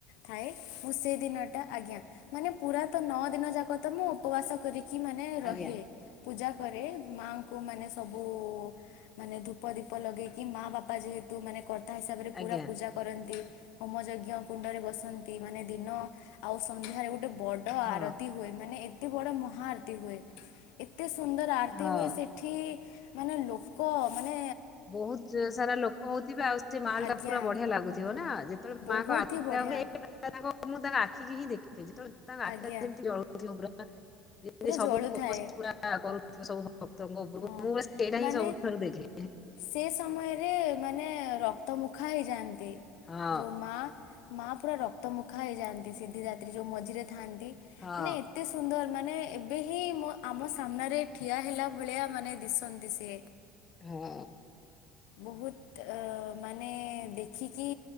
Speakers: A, on the left; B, on the left.
A: ଥାଏ ମୁଁ ସେ ଦିନ ଆଜ୍ଞା ମାନେ ପୁରା ତ ନଅ ଦିନ ଯାକ ତ ମୁଁ ଉପବାସ କରିକି କି ମାନେ ରହେ,
B: ଆଜ୍ଞା
A: ପୂଜା କରେ ମାଆଙ୍କୁ ମାନେ ସବୁ ମାନେ ଧୂପ, ଦୀପ ଲଗେଇକି ମା ବାପା ଯେହେତୁ ମାନେ କର୍ତ୍ତା ହିସାବରେ ପୁରା
B: ଆଜ୍ଞା
A: ପୂଜା କରନ୍ତି ହୋମ ଯଜ୍ଞ କୁଣ୍ଡରେ ବସନ୍ତି ମାନେ ଦିନ ଆଉ ସନ୍ଧ୍ୟାରେ ଗୋଟେ ଗୋଟେ ବଡ
B: ହଁ
A: ଆରତି ହୁଏ ମାନେ ଏତେ ବଡ଼ ମହା ଆରତୀ ହୁଏ <inaudible> ଏତେ ସୁନ୍ଦର ଆରତି
B: ହଁ
A: ହୁଏ ସେଠି, ମାନେ ଲୋ କ ମାନେ
B: ବହୁତ ସାରା ଲୋକ ହଉଥିବେ ଆଉ ସେ ମାଲ
A: ଆଜ୍ଞା
B: ଟା ପୁରା ବଢିଆ ଲାଗୁଥିବ ନା ଯେତେବେଳେ
A: ବହୁତ
B: ମାଆଙ୍କ ଆତି
A: ହି ବଢ଼ିଆ
B: ହୁଏ ତା ମୁଁ ତାଙ୍କ ଆଖିକି ହିଁ ଦେଖ, ଯେତେବେଳେ ତାଙ୍କ ଆଖି
A: ଆଜ୍ଞା
B: ଯେମିତି ଜଳଥିବ ପୁରା ଯେମତି
A: ପୁରା
B: ସବୁ
A: ଜଳୁଥାଏ
B: ଫୋକସ ପୁରା କରୁଥିବ ସବୁ- ଭକ୍ତଙ୍କ ଉପରକୁ
A: ହଁ
B: ମୁଁ ସେଇଟା
A: ମାନେ
B: ହିଁ ସବୁଠାରୁ ଦେଖେ,
A: ସେ ସମୟରେ ମାନେ ରକ୍ତ ମୁଖା ହେଇଯାଆନ୍ତି,
B: ହଁ
A: ଯୋଉ ମା ମା ପୁରା ରକ୍ତ ମୁକ୍। ହେଇଯାଆନ୍ତି ସିଧି ରାାତ୍ରୀ ଯୋଉ ମଝିରେ ଥାଆନ୍ତି
B: ହଁ
A: ମାନେ ଏତେ ସୁନ୍ଦର। ମାନେ ଏବେ ହିଁ ଆମ ସାମ୍ନାରେ ଠିଆ ହେଲା। ଭଳିଆ ମାନେ ଦିଶନ୍ତି ସେ।
B: ହଁ।
A: ବହୁତ ଅ ମାନେ ଦେଖିକି